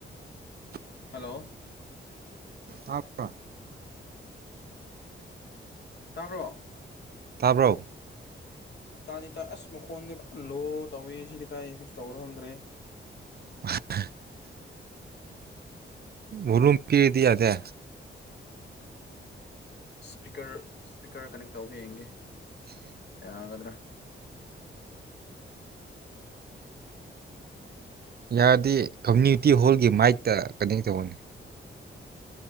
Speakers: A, on the left (about 55°); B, on the right (about 50°).
A: ꯍꯜꯂꯣ
B: ꯍꯥꯞꯄ꯭ꯔꯥ
A: ꯇꯥꯕ꯭ꯔꯣ
B: ꯇꯥꯕ꯭ꯔꯣ
A: ꯇꯥꯗꯤꯇꯥꯏ ꯑꯁ ꯃꯈꯣꯟꯗꯤ ꯐꯖꯅꯥ ꯂꯣ ꯇꯧꯋꯦ ꯁꯤꯗꯤ ꯀꯗꯥꯏ ꯐꯤꯛꯁ ꯇꯧꯕꯔꯣ ꯈꯪꯗ꯭ꯔꯦ
B: <inaudible> ꯚꯣꯂꯨꯝ ꯄꯤꯛ ꯑꯗꯤ ꯌꯥꯗꯦ
A: ꯏꯁꯄꯤꯀꯔ ꯏꯁꯄꯤꯀꯔ ꯀꯅꯦꯛ ꯇꯧ ꯌꯦꯡꯒꯦ ꯌꯥꯒꯗ꯭ꯔꯥ
B: ꯌꯥꯔꯗꯤ ꯀꯝꯃꯨꯅꯤꯇꯤ ꯍꯣꯜꯒꯤ ꯃꯥꯏꯠꯇ ꯀꯅꯦꯛ ꯇꯧꯌꯣꯅꯦ